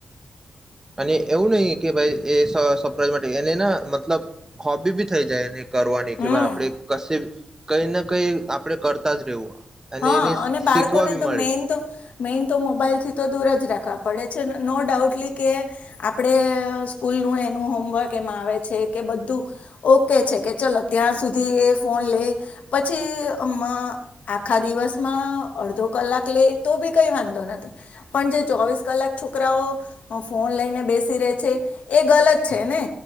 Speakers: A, on the right; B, on the left.
A: અને એવું નહીં કે ભાઈ એ સરપ્રાઈઝ માટે એને ના મતલબ હોબી બી થઈ જાય એને કરવાની
B: હમ
A: કે ભાઈ આપણે કશે કઈ ને કઈ આપડે કરતા જ રહેવું.
B: હા
A: એને
B: અને બાળકોને
A: શીખવા બી
B: તો
A: મળે
B: મેઈન તો મેઈન તો મોબાઈલ થી તો દૂર જ રાખવા પડે છે નો ડાઉટલી કે આપણે સ્કૂલ નું એનું હોમવર્ક એમાં આવે છે કે બધું ઓકે છે કે ચલો ત્યાં સુધી એ ફોન લેઈ પછી અમ્માં આખા દિવસમાં અડધો કલાક લેય તો બી કંઈ વાંધો નથી પણ જે ચોવીસ કલાક છોકરાઓ ફોન લઈને બેસી રહે છે એ ગલત છે ને